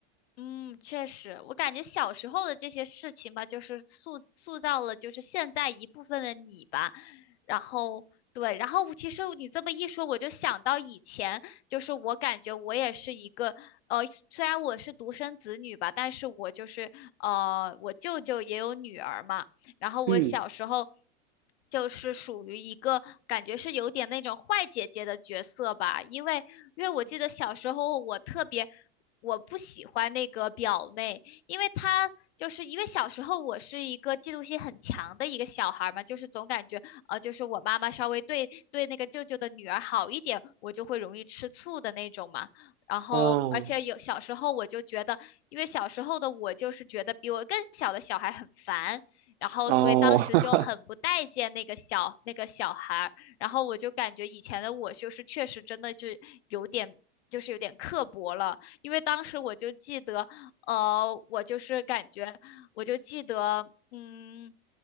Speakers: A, on the left (about 80°); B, on the right (about 80°).
A: 嗯，确实，我感觉小时候的这些事情吧，就是塑塑造了就是现在一部分的你吧。然后对，然后其实你这么一说，我就想到以前，就是我感觉我也是一个呃，虽然我是独生子女吧，但是我就是呃，我舅舅也有女儿嘛。然后我小时候
B: 嗯。
A: 就是属于一个感觉是有点那种坏姐姐的角色吧，因为因为我记得小时候我特别。我不喜欢那个表妹，因为她就是因为小时候我是一个嫉妒心很强的一个小孩儿嘛，就是总感觉呃，就是我妈妈稍微对对那个舅舅的女儿好一点，我就会容易吃醋的那种嘛。然后，
B: 哦
A: 而且有小时候我就觉得，因为小时候的我就是觉得比我更小的小孩很烦，然后所以当时就很不待见那个小那个小孩儿，
B: 哦 <laughs>
A: 然后我就感觉以前的我就是确实真的是有点。就是有点刻薄了，因为当时我就记得，呃，我就是感觉，我就记得，嗯，